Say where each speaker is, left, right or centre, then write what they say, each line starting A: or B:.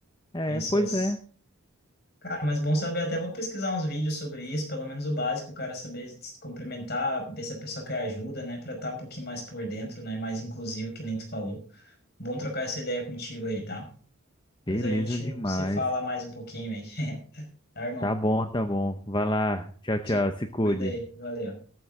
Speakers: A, on the left; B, on the left.
A: É,
B: Tem suas.
A: pois é.
B: Cara, mas bom saber, até vou pesquisar uns vídeos sobre isso, pelo menos o básico, o cara saber se cumprimentar, ver se a pessoa quer ajuda, né? Pra estar um pouquinho mais por dentro, né? Mais inclusivo, que nem tu falou. Bom trocar essa ideia contigo aí, tá?
A: Beleza
B: Pois a gente
A: demais.
B: se fala mais um pouquinho aí. <laughs> Tá, irmão?
A: Tá bom, tá bom. Vai lá. Tchau, tchau.
B: Te
A: Se cuide.
B: cuida aí. Valeu.